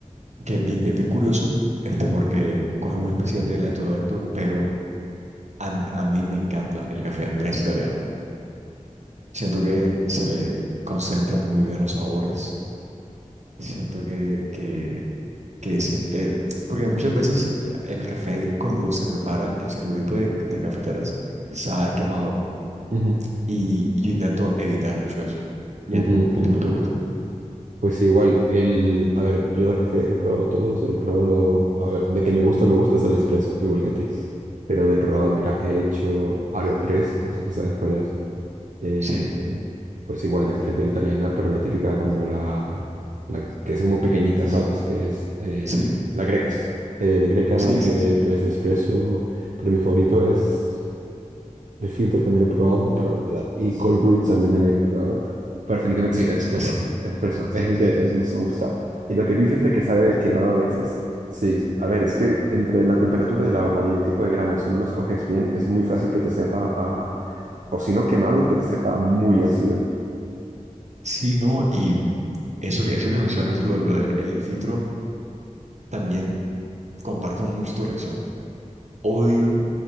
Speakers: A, on the right (about 60°); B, on the right (about 75°).
A: que es bien, es bien curioso, este, porque cogen una especie de tela y todo esto, pero a, m- a mí me encanta el café en prensa italiano. Siento que se le concentran muy bien los sabores, siento que, que, que, se- eh, porque muchas veces eh, el café cuando se prepara en cierto tipo de, de cafeteras, sabe a quemado
B: ujú.
A: Y, y yo intento evitar mucho eso. ¿Y
B: Mm,
A: a ti? ¿Qué tipo te gusta?
B: Pues igual, el, a ver, yo de café he probado todos, he probado, a ver, de que me gusta, me gusta es el espresso, igual que a ti. Pero he probado,
A: Claro.
B: mira, he hecho AeroPress, no sé si sabes cuál es. eh,
A: Sí,
B: pues igual de cafetera italiana, pero la típica como la, la que es como pequeñita, ¿sabes? Que es eh,
A: sí,
B: la greca. Eh, de greca,
A: sí,
B: de,
A: sí, sí.
B: pues de espresso, pero mi favorito es de filtro también he probado, pero eh, y cold brew también he, he probado. Pero definitivamente sí, el espresso.
A: Sí,
B: El espresso es el que es el que más me gusta. Y lo que tú dices de que sabe quemado a veces. Sí, a ver, es que entre la temperatura del agua y el tipo de grano, si no los coges bien, es muy fácil que te sepa a... O si no quemado, que te sepa muy ácido.
A: sí, no. Y eso, que- eso que mencionas, lo, lo del el filtro, también comparto mucho tu reacción. Odio,